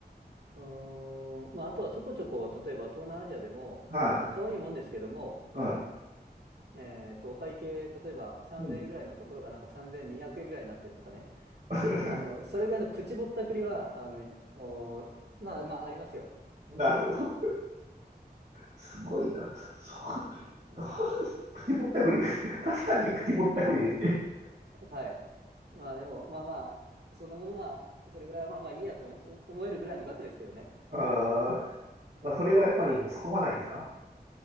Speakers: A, on the right (about 75°); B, on the right (about 45°).
A: うーん、まあ、あとはちょこちょこ、例えば東南アジアでも、
B: はい。
A: まあ、可愛いもんですけども、
B: は
A: えっと、お会計、例えば3000円ぐらいのところがなんか3200円ぐらいになってるとかね。
B: い。うん。<laughs>
A: あの、それぐらいのプチぼったくりは、あの、いおまあまあ、ありますよ。
B: なるほど。すごいな。そう。<laughs> プチぼったくりです。確かにプチぼったくりですね。
A: はい。まあでも、まあまあ、そんなものは、それぐらいはまあまあいいやと思思えるぐらいの額ですけどね。
B: あー、まあ、それはやっぱりもう突っ込まないですか